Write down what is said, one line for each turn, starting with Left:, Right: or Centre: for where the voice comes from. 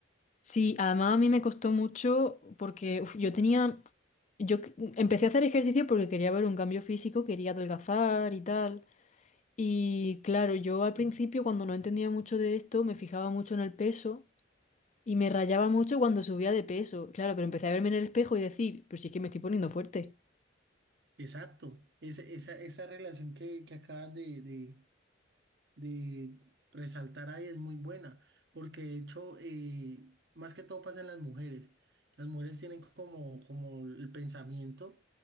Left: sí, además a mí me costó mucho porque uf, yo tenía, yo que- empecé a hacer ejercicio porque quería ver un cambio físico, quería adelgazar y tal. Y claro, yo al principio cuando no entendía mucho de esto, me fijaba mucho en el peso y me rayaba mucho cuando subía de peso. Claro, pero empecé a verme en el espejo y decir, pues si es que me estoy poniendo fuerte.
Right: Exacto, esa, esa, esa relación que, que acabas de, de, de resaltar ahí es muy buena, porque de hecho, eh, más que todo pasa en las mujeres. Las mujeres tienen como, como el pensamiento